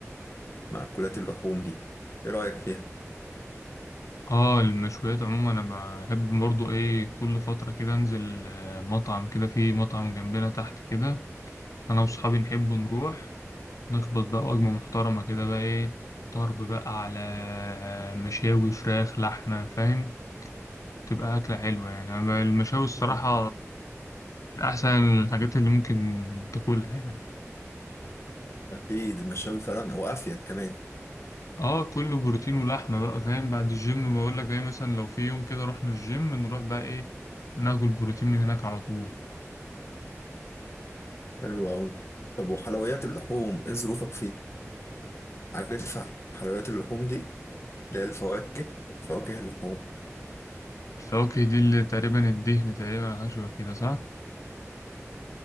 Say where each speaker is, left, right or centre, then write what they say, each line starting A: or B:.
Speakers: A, on the left; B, on the left.
A: مأكولات اللحوم دي ايه رأيك فيها؟
B: اه المشويات عموما انا بحب برضو ايه كل فترة كده انزل آه، مطعم كده في مطعم جنبنا تحت كده انا واصحابي نحب نروح نخبط بقى وجبة محترمة كده بقى ايه طرب بقى على آه، مشاوي فراخ لحمة فاهم تبقى أكلة حلوة يعني أما المشاوي الصراحة
A: <laughs>
B: من أحسن الحاجات اللي ممكن تاكلها يعني
A: اكيد المشاوي فعلا وافيد كمان
B: اه كله بروتين ولحمة بقى فاهم بعد الجيم بقول لك ايه مثلا لو في يوم كده رحنا الجيم نروح بقى ايه ناكل بروتين من هناك على طول
A: حلو قوي طب وحلويات اللحوم ايه ظروفك فيها؟ عارف حلويات اللحوم دي اللي هي الفواكه فواكه اللحوم
B: الفواكه دي اللي تقريبا الدهن تقريبا حاجة شبه كده صح؟